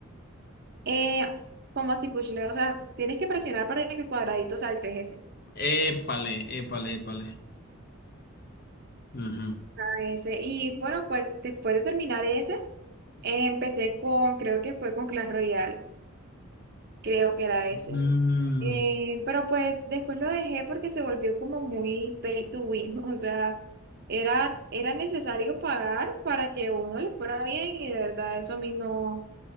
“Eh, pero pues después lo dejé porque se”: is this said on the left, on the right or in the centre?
Right